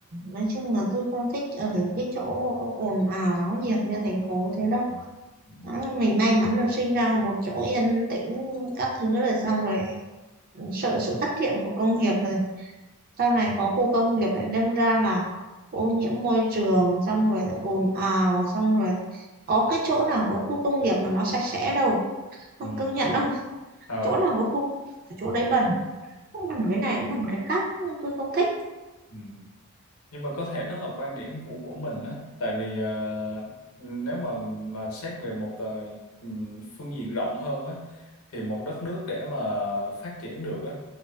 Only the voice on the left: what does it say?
ừ.
Ừ.
Ừ.
Ừ.
Ừ. Nhưng mà có thể đó là quan điểm của của mình á, tại vì ờ, nếu mà mà xét về một ờ, ừ, phương diện rộng hơn á, thì một đất nước để mà phát triển được á